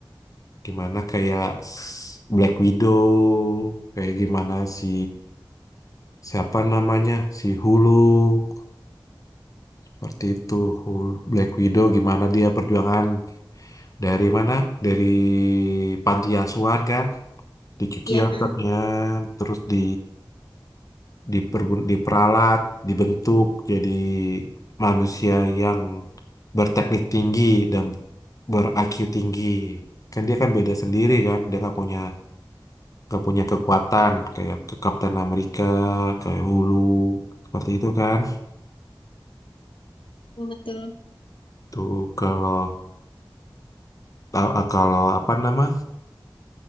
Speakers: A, on the left (about 40°); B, on the left (about 80°).
A: Gimana kayak s- Black Widow, kayak gimana si siapa namanya? Si Hulk. Seperti itu, Hulk, Black Widow gimana dia perjuangan dari mana? Dari panti asuhan kan, dicuci
B: iya
A: otaknya,
B: ha.
A: terus di dipergun- diperalat, dibentuk jadi manusia yang berteknik tinggi dan ber-IQ tinggi. Kan dia kan beda sendiri kan, dia nggak punya nggak punya kekuatan kayak ke Kapten Amerika, kayak Hulu, seperti itu kan.
B: betul betul
A: Tuh kalau ta- kalau apa nama?